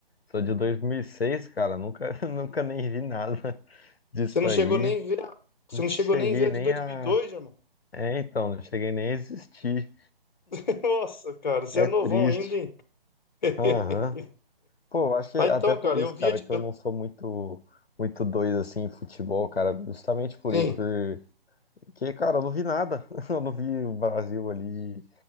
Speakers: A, on the left; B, on the left.
A: sou de 2006, cara, nunca, <laughs> nunca nem vi nada disso
B: Você não
A: aí.
B: chegou nem ver, a- você
A: Não
B: não
A: cheguei
B: chegou nem ver a
A: nem
B: de dois,
A: a...
B: mil e dois, irmão.
A: É, então, não cheguei nem a existir.
B: <laughs> Nossa, cara, você
A: É
B: é novão
A: triste.
B: ainda, hein? <laughs>
A: Aham. Pô, eu acho que
B: Ah, então,
A: até por
B: cara,
A: isso,
B: eu via
A: cara,
B: de,
A: que
B: eu
A: eu não sou muito muito doido assim em futebol, cara. Justamente por
B: sim.
A: isso, porque, cara, eu não vi nada. <laughs> Eu não vi o Brasil ali